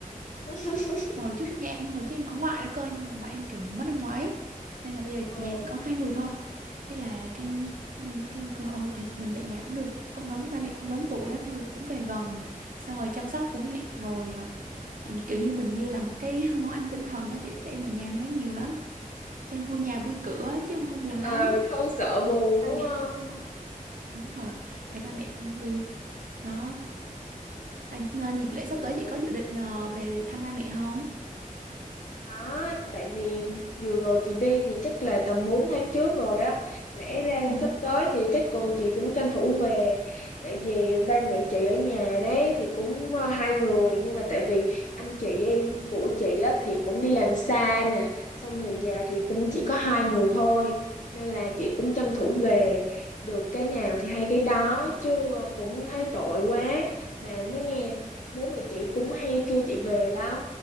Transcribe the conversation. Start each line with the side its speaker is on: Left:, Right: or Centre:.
Left: <laughs>
Right: mà hồi trước nhà em hồi trước em có ngoại nữa cơ nhưng mà ngoại em kiểu mất năm ngoái ấy. nên là bây
Left: Ờ,
Right: giờ nhà chỉ có hai người thôi thế là các em nên thêm cơ ôi kìa, mình về nhà cũng được cũng lớn ba mẹ cũng lớn tuổi á thôi cũng về gần xong rồi chăm sóc bố mẹ rồi ờ, ừ, kiểu như mình như là một cái <laughs> món ăn tinh thần á chị tại em ở nhà em nói nhiều lắm cho nên vui nhà vui cửa á, chứ không thôi buồn
Left: ờ,
Right: lắm
Left: không sợ
Right: nên
Left: buồn
Right: là ba
Left: đúng
Right: mẹ
Left: không?
Right: cũng vui đúng rồi thấy ba mẹ cũng vui đó à, dịp lễ sắp
Left: ừ
Right: tới chị có dự định ờ, về thăm ba mẹ không
Left: Đó, tại vì vừa rồi chị đi thì chắc là tầm 4 tháng trước rồi á. Lẽ ra
Right: ồ
Left: sắp tới thì chắc cô chị cũng tranh thủ về. Tại vì ba mẹ chị ở nhà đấy thì cũng ờ, hai người. Nhưng mà tại vì anh chị em của chị á thì cũng đi làm xa nè. Xong rồi nhà thì cũng chỉ có hai người thôi. Nên là chị cũng tranh thủ về. Được cái nào thì hay cái đó. Chứ ờ, cũng thấy tội quá. Mà nói nghe, bố mẹ chị cũng hay kêu chị về lắm